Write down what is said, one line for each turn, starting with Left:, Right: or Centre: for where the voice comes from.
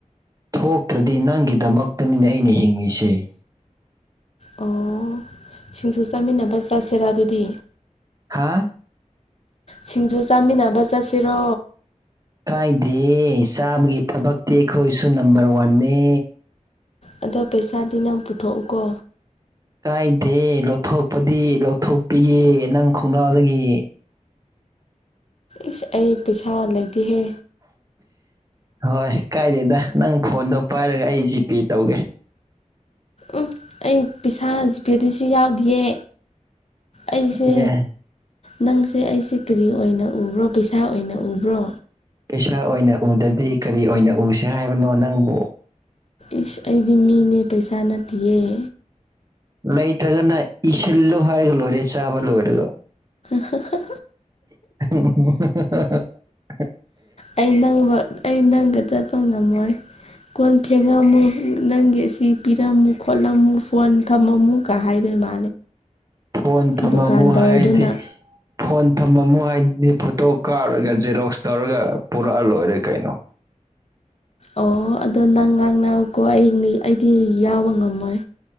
Right: ꯊꯣꯛꯇ꯭ꯔꯗꯤ ꯅꯪꯒꯤꯗꯃꯛꯇꯅꯤꯅꯦ ꯑꯩꯅ ꯍꯤꯡꯂꯤꯁꯤꯦ
Left: ꯑꯣ ꯁꯤꯡꯁꯨ ꯆꯥꯃꯤꯟꯅꯕ ꯆꯠꯁꯤꯔꯥ ꯑꯗꯨꯗꯤ
Right: ꯍꯥꯥ
Left: ꯁꯤꯡꯖꯨ ꯆꯥꯃꯤꯟꯅꯕ ꯆꯠꯁꯤꯔꯣ
Right: ꯀꯥꯏꯗꯦ ꯆꯥꯕꯒꯤ ꯊꯕꯛꯇꯤ ꯑꯩꯈꯣꯏꯁꯨ ꯅꯝꯕꯔ ꯋꯥꯟꯅꯦ
Left: ꯑꯗꯣ ꯄꯩꯁꯥꯗꯤ ꯅꯪ ꯄꯨꯊꯣꯛꯎꯀꯣ
Right: ꯀꯥꯏꯗꯦ ꯂꯧꯊꯣꯛꯄꯗꯤ ꯂꯧꯊꯣꯛꯄꯤꯒꯦ ꯅꯪ ꯈꯣꯡꯅꯥꯎꯗꯒꯤ
Left: ꯏꯁ ꯑꯩ ꯄꯩꯁꯥ ꯂꯩꯗꯤꯍꯦ
Right: ꯍꯣꯏ ꯀꯥꯏꯗꯦꯗ ꯅꯪ ꯐꯣꯟꯗꯣ ꯄꯥꯏꯔꯒ ꯑꯩ ꯖꯤꯄꯦ ꯇꯧꯒꯦ
Left: ꯎꯝ ꯑꯩ ꯄꯩꯁꯥ ꯖꯤꯄꯦꯗꯁꯨ ꯌꯥꯎꯗꯌꯦ ꯑꯩꯁꯦ
Right: ꯑꯦ
Left: ꯅꯪꯁꯦ ꯑꯩꯁꯦ ꯀꯔꯤ ꯑꯣꯏꯅ ꯎꯕ꯭ꯔꯣ ꯄꯩꯁꯥ ꯑꯣꯏꯅ ꯎꯕ꯭ꯔꯣ
Right: ꯏꯁꯥ ꯑꯣꯏꯅ ꯎꯗꯗꯤ ꯀꯔꯤ ꯑꯣꯏꯅ ꯎꯁꯤꯦ ꯍꯥꯏꯕꯅꯣ ꯅꯪꯕꯨ
Left: ꯏꯁ ꯑꯩꯗꯤ ꯃꯤꯅꯦ ꯄꯩꯁꯥ ꯅꯠꯇꯦꯌꯦ
Right: ꯂꯩꯇ꯭ꯔꯒꯅ ꯏꯁꯤꯜꯂꯣ ꯍꯥꯏꯔꯒ ꯂꯣꯏꯔꯦ ꯆꯥꯕ ꯂꯣꯏꯔꯒ
Left: ꯁ
Right: <unintelligible>
Left: ꯑꯩ ꯅꯪ ꯑꯩ ꯅꯪꯒ ꯆꯠꯄ ꯉꯝꯃꯣꯏ ꯀꯣꯟ ꯊꯦꯡꯉꯝꯃꯨ ꯅꯪꯒꯤ ꯑꯁꯤ ꯄꯤꯔꯝꯃꯨ ꯈꯣꯠꯂꯝꯃꯨ ꯐꯣꯟ ꯊꯝꯃꯝꯃꯨ ꯀꯥꯏꯗꯔ ꯃꯥ
Right: ꯐꯣꯟ ꯊꯝꯃꯝꯃꯨ
Left: ꯗꯨꯀꯥꯟꯗꯔꯗꯨꯅ
Right: ꯍꯥꯏꯔꯗꯤ ꯐꯣꯟ ꯃꯃꯣ ꯍꯥꯏꯗꯤ ꯐꯣꯇꯣ ꯀꯥꯞꯔꯒ ꯖꯦꯔꯣꯛꯁ ꯇꯧꯔꯒ ꯄꯨꯔꯛꯑ ꯂꯣꯏꯔꯦ ꯀꯩꯅꯣ
Left: ꯑꯣ ꯑꯗꯣ ꯅꯪ ꯉꯥꯡꯅꯀꯣ ꯑꯩ ꯑꯩꯗꯤ ꯌꯥꯎꯕ ꯉꯝꯃꯣꯏ